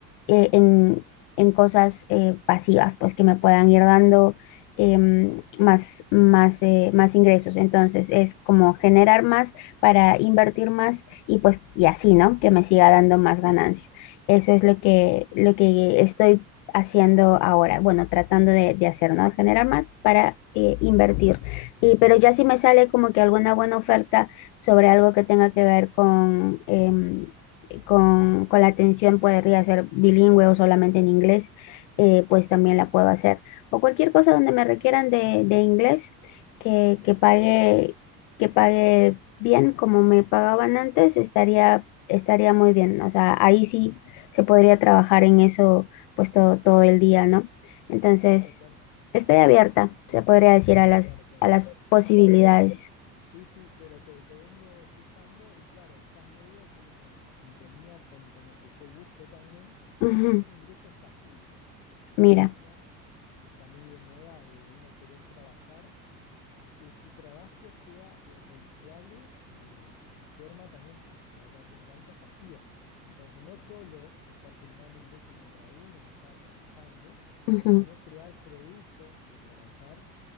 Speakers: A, on the left (about 40°); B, on the left (about 60°).
A: eh, en, en cosas eh, pasivas, pues que me puedan ir dando em, más, más, eh, más ingresos. Entonces es como generar más para invertir más y pues y así, ¿no? Que me siga dando más ganancia. Eso es lo que, lo que estoy haciendo ahora, bueno, tratando de, de hacer, ¿no? Generar más para eh, invertir. Y, pero ya si me sale como que alguna buena oferta sobre algo que tenga que ver con, em, eh, con, con la atención podría ser bilingüe o solamente en inglés, eh, pues también la puedo hacer. O cualquier cosa donde me requieran de, de inglés que, que pague, que pague bien como me pagaban antes, estaría, estaría muy bien. O sea, ahí sí se podría trabajar en eso pues todo, todo el día, ¿no? Entonces,
B: claro, claro.
A: estoy abierta, se podría decir,
B: Claro,
A: a las,
B: claro, claro,
A: a
B: claro.
A: las posibilidades.
B: Claro, pero, pero, sí, sí, pero te, te vengo escuchando y claro, estás medio como que en sintonía con, con lo que yo busco también,
A: Ujú,
B: que es ingresos pasivos, viste, que
A: Mira,
B: hoy en día está muy de moda eh, uno querer trabajar y que tu trabajo sea eh, redituable de, de forma también, eh, valga la redundancia, pasiva. Entonces, no solo estar generando ingresos mientras uno está trabajando,
A: ujú,
B: sino crear productos o trabajar